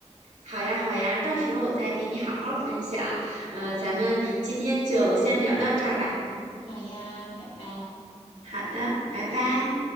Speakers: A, on the right (about 80°); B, on the left (about 85°).
A: 好呀，好呀，到时候我再给你好好分享。呃，咱们今天就先聊到这儿吧。
B: 好呀，拜拜。
A: 好的，拜拜。